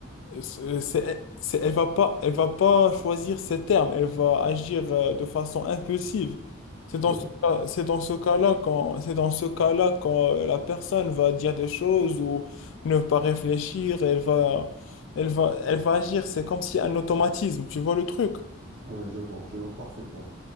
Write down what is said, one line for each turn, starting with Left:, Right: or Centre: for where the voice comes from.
Left: c'est- c'est- c'est- elle va pas, elle va pas choisir ses termes, elle va agir euh, de façon impulsive. C'est
Right: oui,
Left: dans ce cas, c'est dans ce cas-là quand, c'est dans ce cas-là quand euh, la personne va dire des choses ou ne pas réfléchir, elle va, elle va, elle va agir. C'est comme si un automatisme. Tu vois le truc?
Right: oui, je vois, je vois parfaitement.